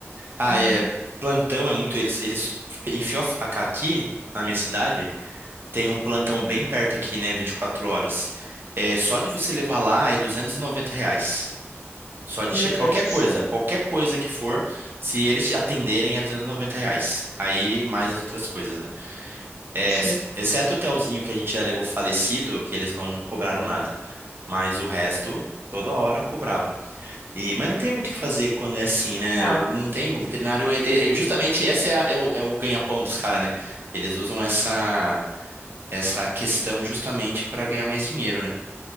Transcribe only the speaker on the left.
Uhum.
Meu
Deus
do céu.
Sim,
não.